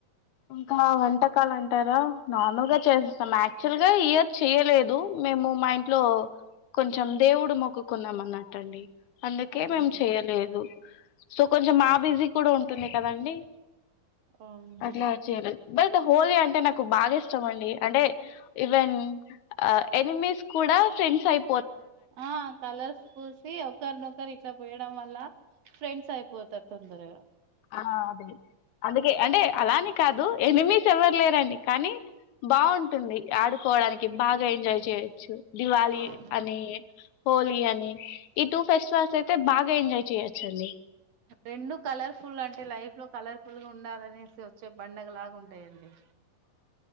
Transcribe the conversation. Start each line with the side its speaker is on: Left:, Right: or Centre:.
Left: ఇంకా వంటకాలు అంటారా నార్మల్ గా చేసేస్తాం, యాక్చువల్ గా ఇయర్ చేయలేదు మేము మా ఇంట్లో కొంచెం దేవుడు మొక్కుకున్నాం అన్నట్టుండి అందుకే
Right: అవునా
Left: మేము చెయలేదు సో కొంచెం మా బిజీ కూడా ఉం టునే కదండి
Right: అవును
Left: అట్లా చేయలేదు బట్ హోలీ అంటే నాకు బాగా ఇష్టం అండి అంటే ఈవెన్ ఎనిమీస్ కూడా ఫ్రెండ్స్ అయి
Right: ఆ కలర్స్ పూసి ఒకరినొకరు ఇట్లా పోయడం వల్ల ఫ్రెండ్స్ అయిపోతారు తొందరగా
Left: ఆ అదే అందుకే అంటే అలానే కాదు ఎనిమీస్ ఎవ్వరులేరండి, కానీ బాగుంటుంది ఆడుకోవడానికి బాగా ఎంజాయ్ చేయొచ్చు దివాళి
Right: అవును
Left: అని హోలీ అ ఈ టూ ఫెస్టివల్స్ అయితే బాగా ఎంజాయ్ చేయొచ్చండి
Right: రెండు కలర్ఫుల్ అంటే లైఫ్ లో కలర్ఫుల్ గా ఉండాలనేసి వచ్చే బండగ లాగా ఉంటాయండి